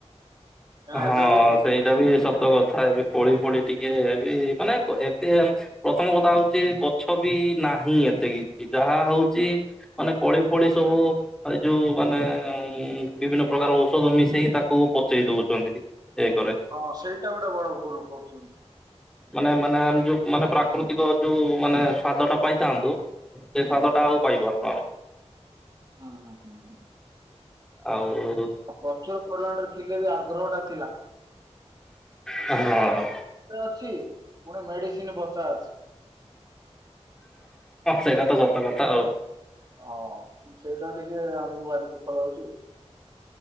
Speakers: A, on the right; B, in the centre.
A: କାହିଁକିନା
B: ହଁ
A: ଏବେ ବି
B: ସେଇଟା ବି ସତ କଥା ଏବେ କୋଳି ଫୋଳି ଟିକେ ବି ମାନେ ଏବେ ପ୍ରଥମ କଥା ହଉଛି ଗଛ ବି ନାହିଁ ଏତେ କି ଯାହା ହଉଛି ମାନେ କୋଳି ଭଳି ସବୁ ଯୋଉ ମାନେ ଉ ବିଭିନ୍ନ ପ୍ରକାର ଔଷଧ ମିଶେଇକି ତାକୁ ପଚେଇ ଏଇ କରେ
A: ହଁ ସେଇଟା ଗୋଟେ ବଡ ଭୁଲ କରୁଛନ୍ତି।
B: ମାନେ ମାନେ ଆମ ଯୋଉ ମାନେ ପ୍ରାକୃତିକ ଯୋଉ ମାନେ ସ୍ଵାଦ ଟା ପାଇଥାନ୍ତୁ। ସେ ସାତଟା ଆଉ ପାଇପାରୁନୁ ଆଉ
A: ହଁ ହଁ ହଁ
B: ଆଉ
A: ପ୍ରଚୁର ପରିମାଣରେ ଥିଲେ ବି ଆଗ୍ରହଟା ଥିଲା।
B: ହଁ
A: ଏବେ ଅଛି ପୁଣି ମେଡିସିନ ବଚା ଅଛି
B: ସେଇଟା ତ ସତ କଥା ଆଉ
A: ହଁ ସେଇଟା ଟିକେ ଆମକୁ ଭାରି ଦୁଃଖ ଲାଗୁଛି।